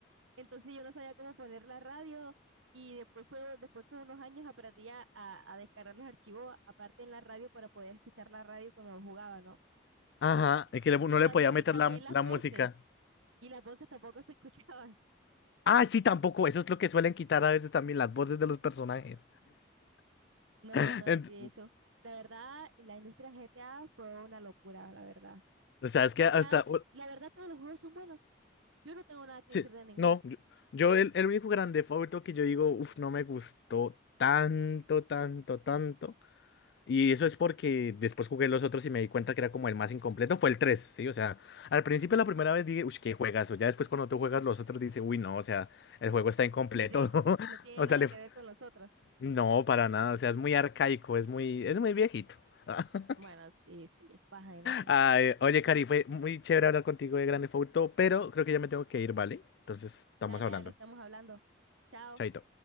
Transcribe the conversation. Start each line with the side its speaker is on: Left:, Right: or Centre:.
Right: entonces yo no sabía cómo poner la radio y después, fue, después con unos años aprendí a, a- a descargar los archivos aparte en la radio para poder escuchar la radio cuando jugaba, ¿no?
Left: Ajá. Es que le- no
Right: Y también,
Left: le podía meter
Right: y también
Left: la,
Right: las
Left: la
Right: voces,
Left: música.
Right: y las voces tampoco se <laughs> escuchaban.
Left: Ah, sí, tampoco. Eso es lo que suelen quitar a veces también las voces de los personajes.
Right: No,
Left: <laughs>
Right: no,
Left: Ent-
Right: sí, eso. La verdad, la industria GTA fue una locura, la verdad.
Left: o sea, es
Right: sea,
Left: que hasta
Right: cada- la verdad todos los juegos son buenos. Yo no tengo nada que
Left: Sí,
Right: decir de ninguno.
Left: no, yo, yo el, el único grande favorito que yo digo, uff, no me gustó tanto, tanto, tanto. Y eso es porque después jugué los otros y me di cuenta que era como el más incompleto, fue el 3, ¿sí? O sea, al principio la primera vez dije, uff, qué juegazo. Ya después cuando tú juegas los otros dices, uy, no, o sea, el juego está incompleto.
Right: No tiene,
Left: <laughs>
Right: no tiene
Left: O sea,
Right: nada
Left: le...
Right: que ver con los otros.
Left: no, para nada, o sea, es muy arcaico, es muy, es muy viejito. <laughs>
Right: Bueno, sí, sí, pues, imagínate.
Left: Ay, oye, Cari, fue muy chévere hablar contigo de Grande Auto, pero creo que ya me tengo que ir, ¿vale? Entonces, estamos
Right: Dale,
Left: hablando.
Right: Ale, estamos hablando. Chao.
Left: Chaito.